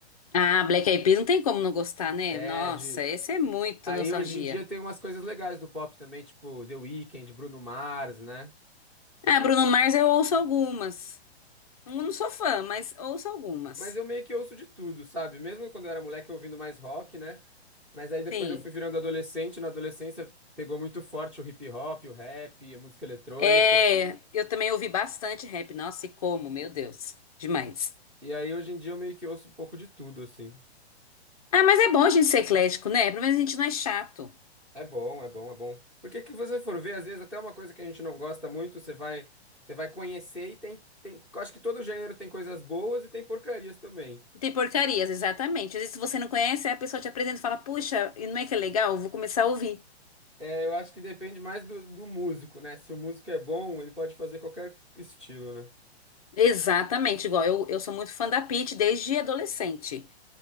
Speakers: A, on the left; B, in the centre.
A: Ah, Black Eyed Peas não tem como não gostar, né?
B: É.
A: Nossa,
B: É, de...
A: esse é muito
B: Aí
A: nostalgia.
B: hoje em dia tem umas coisas legais do pop também, tipo The Weeknd, Bruno Mars, né?
A: Ah, Bruno Mars eu ouço algumas. Não não sou fã, mas ouço algumas.
B: Mas eu meio que ouço de tudo, sabe? Mesmo quando eu era moleque, eu ouvindo mais rock, né? Mas aí depois
A: Sim.
B: eu fui virando adolescente. Na adolescência pegou muito forte o hip hop, o rap, a música eletrônica.
A: É, eu também ouvi bastante rap. Nossa, e como, meu Deus, demais.
B: E aí hoje em dia eu meio que ouço um pouco de tudo, assim.
A: Ah, mas é bom a gente ser eclético, né? Pelo menos a gente não é chato.
B: É bom, é bom, é bom. Porque que você for ver, às vezes até uma coisa que a gente não gosta muito, você vai, você vai conhecer e tem, tem. Acho que todo gênero tem coisas boas e tem porcarias também.
A: Tem porcarias, exatamente. Às vezes, se você não conhece, aí a pessoa te apresenta e fala, puxa, e não é que é legal? Eu Vou começar a ouvir.
B: É, eu acho que depende mais do, do músico, né? Se o músico é bom, ele pode fazer qualquer estilo, né?
A: Exatamente, igual eu, eu sou muito fã da Pitty desde adolescente.